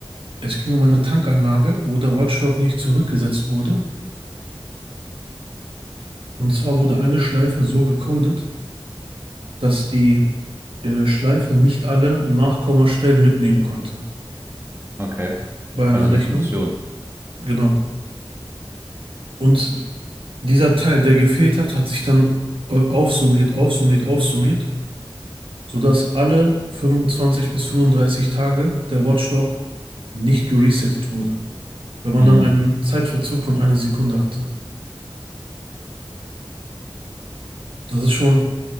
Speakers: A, on the right (about 70°); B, on the right (about 25°).
A: Es ging um eine Tankanlage, wo der Watchdog nicht zurückgesetzt wurde. Und zwar wurde eine Schleife so gecodet, dass die äh, Schleife nicht alle Nachkommastellen mitnehmen konnte
B: Okay.
A: bei einer
B: Also die
A: Rechnung.
B: Funktion.
A: Genau. Und dieser Teil, der gefehlt hat, hat sich dann äh, aufsummiert, aufsummiert, aufsummiert, sodass alle 25 bis 35 Tage der Watchdog nicht geresettet wurde, weil man
B: Hm.
A: dann einen Zeitverzug von einer Sekunde hatte. Das ist schon